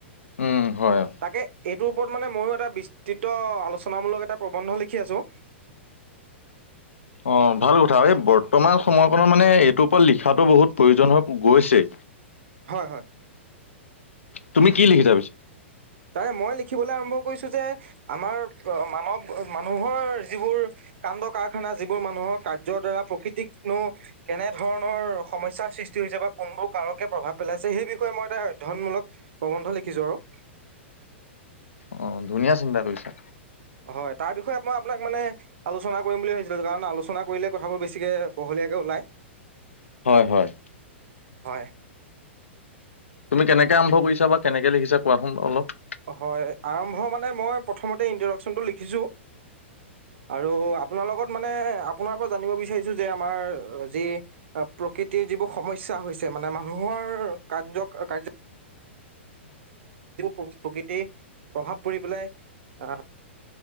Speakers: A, on the left (about 85°); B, on the right (about 65°).
A: উম হয় অ
B: তাকে। এইটোৰ ওপৰত মানে মইও এটা বিস্তৃত আলোচনামূলক এটা প্ৰবন্ধ লিখি আছো।
A: অ ভাল কথা এই বৰ্তমান সময়কনৰ মানে এইটোৰ পৰা লিখাতো বহুত প্ৰয়োজন হৈ গৈছে।
B: হয় হয়।
A: তুমি কি লিখিছা পিছে।
B: তাৰে মই লিখিবলৈ আৰম্ভ কৰিছো যে আমাৰ মানৱ মানুহৰ যিবোৰ কাণ্ড কাৰখানা যিবোৰ মানুহৰ কাৰ্যৰ দ্বাৰা প্ৰকৃতিকনো কেনেধৰণৰ সমস্যাৰ সৃষ্টি হৈছে বা কোনবোৰ কাৰকে প্ৰভাৱ পেলাইছে সেই বিষয়ে মই এটা অধ্যয়নমূলক প্ৰৱন্ধ লিখিছোঁ আৰু।
A: অ ধুনীয়া চিন্তা কৰিছা।
B: হয় তাৰ বিষয়ে মই আপোনাক মানে আলোচনা কৰিম বুলি ভাবিছিলোঁ কাৰণ আলোচনা কৰিলে কথাবোৰ বেছিকৈ বহলীয়াকৈ ওলায়।
A: হয় হয়।
B: হয়
A: কেনেকৈ আৰম্ভ কৰিছা বা কেনেকৈ লিখিছা কোৱাচোন অলপ।
B: হয়, আৰম্ভ মানে মই প্ৰথমতে ইনট্ৰডাকচনটো লিখিছো আৰু আপোনাৰ লগত মানে আপোনাৰ পৰা জানিব বিচাৰিছো যে আমাৰ যি প্ৰকৃতিৰ যিবোৰ সমস্যা হৈছে মানে মানুহৰ কাৰ্য -কাৰখানা। প্ৰকৃতিৰ প্ৰভাৱ পৰি পেলাই আহ